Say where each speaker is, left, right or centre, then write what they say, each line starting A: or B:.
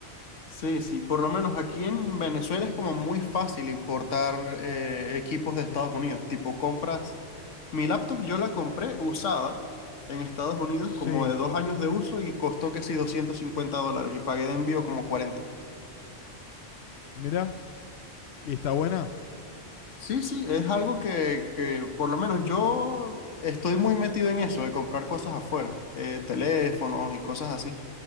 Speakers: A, on the left (about 80°); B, on the left (about 65°).
A: Sí, sí, por lo menos aquí en Venezuela es como muy fácil importar eh, equipos de Estados Unidos. Tipo, compras mi laptop, yo la compré usada en Estados Unidos como
B: Sí,
A: de dos años de uso y costó que sí 250 dólares y pagué de envío como 40.
B: mirá, ¿y está buena?
A: Sí, sí, es algo que, que por lo menos yo estoy muy metido en eso, de comprar cosas afuera, eh, teléfonos y cosas así.